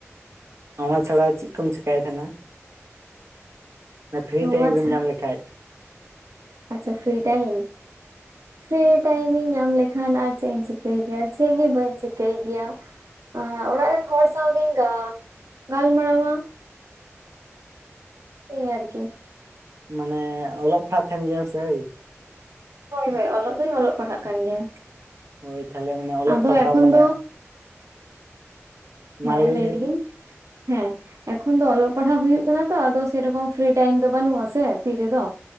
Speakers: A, on the right; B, on the right.
A: ᱚᱱᱟ ᱪᱷᱟᱲᱟ ᱪᱮᱫ ᱠᱚᱢ ᱪᱮᱠᱟᱭ ᱛᱟᱦᱮᱫ-ᱟ? ᱯᱷᱤᱨᱤ
B: ᱱᱚᱣᱟ
A: ᱴᱟᱭᱤᱢ
B: ᱪᱷᱟ
A: ᱨᱮᱢ ᱧᱟᱢ ᱞᱮᱠᱷᱟᱡ᱾
B: ᱟᱪᱪᱷᱟ ᱯᱷᱤᱨᱤ ᱴᱟᱭᱤᱢ? ᱯᱷᱤᱨᱤ ᱴᱟᱭᱤᱢ ᱤᱧ ᱧᱟᱢ ᱞᱮᱠᱷᱟᱱ ᱟᱨ ᱪᱮᱫ ᱤᱧ ᱪᱤᱠᱟᱹᱭ ᱜᱮᱭᱟ ᱪᱮᱫ ᱜᱮ ᱵᱟᱹᱧ ᱪᱤᱠᱟᱹᱭ ᱜᱮᱭᱟ᱾ <unintelligible> ᱚᱲᱟᱜ ᱨᱮᱱ ᱦᱚᱲ ᱥᱟᱶ ᱜᱤᱧ ᱜᱟᱱ ᱜᱟᱞᱢᱟᱨᱟᱣᱟ᱾ ᱳᱭ ᱟᱨᱠᱤ᱾
A: ᱢᱟᱱᱮ ᱚᱞᱚᱜ ᱯᱟᱲᱦᱟᱜ ᱠᱟᱱ ᱜᱮᱭᱟᱢ ᱥᱮ ᱦᱳᱭ᱾
B: ᱦᱳᱭ ᱦᱳᱭ ᱚᱞᱚᱜ ᱫᱚᱧ ᱚᱞᱚᱜ ᱯᱟᱲᱦᱟᱜ ᱠᱟᱱ ᱜᱮᱭᱟ᱾
A: ᱦᱳᱭ ᱛᱟᱦᱞᱮ ᱢᱟᱱᱮ ᱚᱞᱚᱜ
B: ᱟᱫᱚ
A: ᱯᱟᱲᱦᱟᱣ
B: ᱮᱠᱷᱚᱱ
A: ᱢᱟᱱᱮ
B: ᱫᱚ
A: ᱢᱟ
B: ᱦᱮᱸ ᱞᱟᱹᱭ
A: ᱞᱮᱢ
B: ᱞᱮᱜᱤᱧ ᱦᱮᱸ᱾ ᱮᱠᱷᱚᱱ ᱫᱚ ᱚᱞᱚᱜ ᱯᱟᱲᱦᱟᱜ ᱦᱩᱭᱩᱜ ᱠᱟᱱᱟ ᱛᱚ ᱟᱫᱚ ᱥᱮᱨᱚᱠᱚᱢ ᱯᱷᱤᱨᱤ ᱴᱟᱭᱤᱢ ᱫᱚ ᱵᱟᱹᱱᱩᱜ- ᱥᱮ ᱛᱤ ᱨᱮᱫᱚ᱾